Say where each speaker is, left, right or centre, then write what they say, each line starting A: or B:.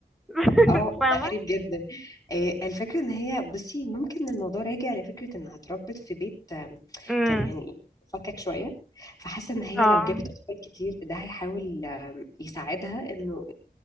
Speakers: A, in the centre; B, on the left (about 20°).
A: <laughs>
B: اه وده
A: فاهمة
B: غريب جدا آه، الفكره ان هي بصي ممكن الموضوع راجع لفكره انها اتربت في بيت آم،
A: امم
B: كان يعني ايه فكك شويه فحاسه ان هي
A: اه
B: لو جابت اطفال كتير ده هيحاول آم، يساعدها انه